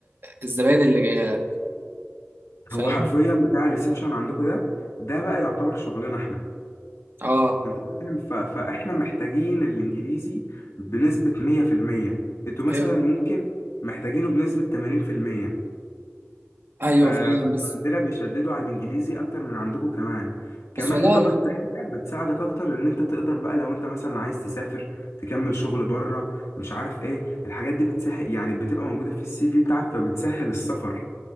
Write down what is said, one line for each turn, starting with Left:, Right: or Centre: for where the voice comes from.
Right: الزباين اللي جايه لك فاهم
Left: هو حرفيا بتاع الريسبشن عندكم ده ده بقى يعتبر شغلنا احنا
Right: اه
Left: انت فاهم ف... فاحنا محتاجين الانجليزي بنسبة 100% انتوا مثلا
Right: ايوه
Left: ممكن محتاجينه بنسبة 80%
Right: ايوه
Left: ف... فعندنا
Right: فاهم بس
Left: بيشددوا على الانجليزي اكتر من عندكم كمان كمان
Right: بس والله
Left: اللغة
Right: على
Left: التانية بتساعدك اكتر ان انت تقدر بقى لو انت مثلا عايز تسافر تكمل شغل بره مش عارف ايه الحاجات دي بتسهل يعني بتبقى موجودة في السي في بتاعك فبتسهل السفر